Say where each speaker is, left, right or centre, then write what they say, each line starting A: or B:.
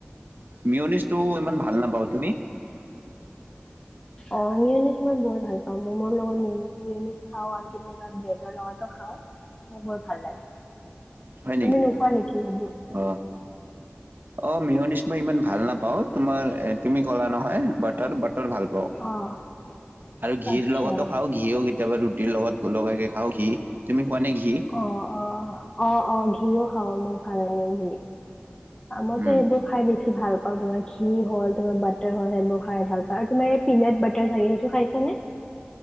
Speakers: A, on the right (about 55°); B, on the left (about 20°).
A: মিউনিছটো ইমান ভাল নাপাওঁ, তুমি?
B: অ', মিউনিছ মই বৰ ভাল পাওঁ, ম'মৰ লগত মিউনিছ খাওঁ। আৰু কেতিয়াবা, ব্ৰেডৰ লগতো খাওঁ। মোৰ বৰ ভাল লাগে।
A: হয়
B: তুমি
A: নেকি?
B: নোখোৱা নেকি সেইবোৰ?
A: অহ', অহ' মিয়নিশ মই ইমান ভাল নাপাওঁ। অহ' তোমাৰ তুমি এ ক'লা নহয়, বাটাৰ বাটৰ। ৰ ভাল পাওঁ
B: অ
A: আৰু ঘিৰ
B: আচ্ছা।
A: লগতো খাওঁ ঘিও কেতিয়াবা ৰুটিৰ লগত, গোলকাকে খাওঁ ঘী তুমি। খোৱা নে ঘি?
B: অ অ অ অ ঘিও খাও মোক ভাল লাগে ঘি। মইতো
A: উম,
B: সেইবোৰ খাই বেছি ভাল পাও তোমাৰ ঘি হল। তোমাৰ বাটাৰ হ'ল, সেইবোৰ খাই ভাল পায়। আৰু তোমাৰ এই পিনট্ বাটাৰ থাকে সেইটো খাইছা নে।